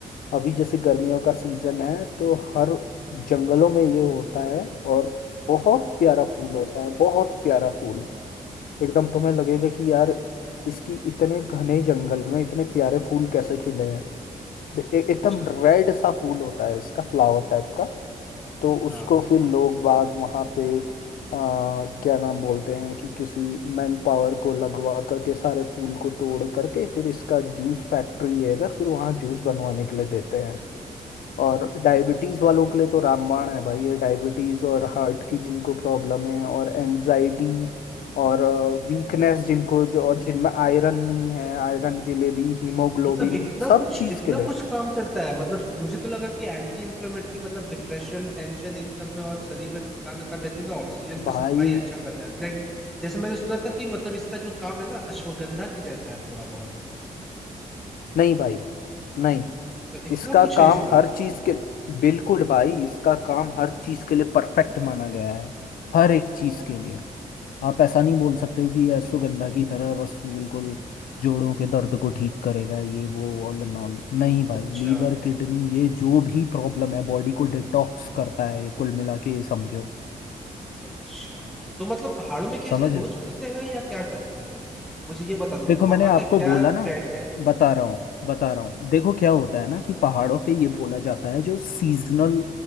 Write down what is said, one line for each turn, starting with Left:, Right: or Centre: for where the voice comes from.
Left: अभी जैसे गर्मियों का सीजन है तो हर जंगलों में ये होता है और बहुत प्यारा फूल होता है बहुत प्यारा फूल एकदम तुम्हें लगेगा कि यार इसकी इतने घने जंगल में इतने प्यारे फूल कैसे खिले हैं ए- एकदम
Centre: अच्छा
Left: रेड सा फूल होता है इसका फ्लावर टाइप का तो उसको
Centre: हाँ
Left: फिर लोग बाग वहाँ पे आ, क्या नाम बोलते हैं कि किसी मैन पावर को लगवा करके सारे फूल को तोड़ करके फिर इसका जूस फैक्ट्री है इधर फिर वहाँ जूस बनवाने के लिए देते हैं और डायबिटीज़ वालों के लिए तो रामबाण है भाई ये डायबिटीज़ और हार्ट की जिनको प्रॉब्लम है और एनजाइटी और वीकनेस जिनको जो और जिनमें आयरन नहीं है आयरन के लिए भी हीमोग्लोबिन
Centre: मतलब इतना
Left: सब
Centre: कुछ
Left: चीज़
Centre: इतना
Left: के लिए
Centre: कुछ काम करता है मतलब मुझे तो लगा कि एंटी इन्फ्लेमेटरी मतलब डिप्रेशन टेंशन इन सब में और शरीर में थकान वकान रहती है तो ऑक्सीजन का
Left: भाई
Centre: सप्लाई अच्छा करता है लाइक जैसे मैंने सुना था कि मतलब इसका जो काम है ना अश्वगंधा के जैसा है थोड़ा बहुत
Left: नहीं भाई नहीं
Centre: पर इतना
Left: इसका
Centre: कुछ
Left: काम
Centre: है इसका
Left: हर चीज़ के बिल्कुल भाई इसका काम हर चीज़ के लिए परफेक्ट माना गया है हर एक चीज़ के लिए आप ऐसा नहीं बोल सकते हो कि यह सुगंधा की तरह बस बिल्कुल जोड़ों के दर्द को ठीक करेगा ये वो All and all नहीं भाई
Centre: अच्छा
Left: लीवर किडनी ये जो भी प्रॉब्लम है बॉडी को डिटॉक्स करता है ये कुल मिला के ये समझो
Centre: अच्छा तो मतलब पहाड़ों में कैसे
Left: समझ
Centre: रोज पीते हैं या क्या करते हैं फिर मुझे ये बताना मतलब
Left: देखो
Centre: वहां
Left: मैंने आपको
Centre: का क्या
Left: बोला
Centre: ट्रेंड
Left: ना
Centre: है
Left: बता रहा हूँ बता रहा हूँ देखो क्या होता है ना कि पहाड़ों पे ये बोला जाता है जो सीजनल